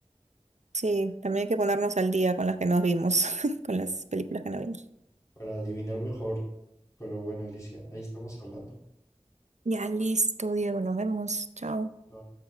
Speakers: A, on the right; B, on the left.
A: Sí, también hay que ponernos al día con las que nos vimos, <laughs> con las películas que no vimos.
B: Para adivinar mejor. Pero bueno, Alicia, ahí estamos hablando.
A: Ya listo, Diego, nos vemos. Chao.
B: Bye.